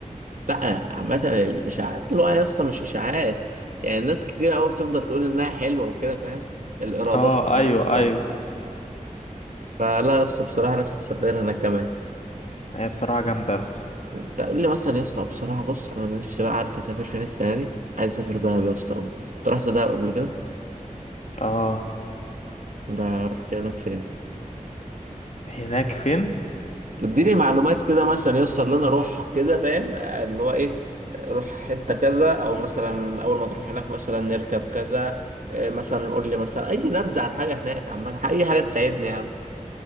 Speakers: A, on the right; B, on the left.
A: لا عامه الاشاعات اللي هو يا اسطى مش اشاعات يعني ناس كتير قوي بتفضل تقول انها حلوه وكده فاهم الايرادات
B: اه
A: عامه
B: ايوه
A: يعني
B: ايوه
A: فلا يا اسطى بصراحه نفسي اسافر انا كمان
B: هي بصراحة جامدة يا اسطى
A: انت قول لي مثلا يا اسطى بصراحه بص انا نفسي بقى عارف اسافر فين السنه دي عايز اسافر دهب يا اسطى قوي انت رحت دهب قبل كده
B: اه
A: ده رحت هناك فين
B: هناك فين
A: اديني معلومات كده مثلا يسطا اللي انا اروح كده فاهم آه، اللي هو ايه آه، روح حته كذا او مثلا اول ما تروح هناك مثلا نركب كذا آه، مثلا قول لي مثلا اي نبذه عن حاجه هناك عامه اي حاجه تساعدني يا عم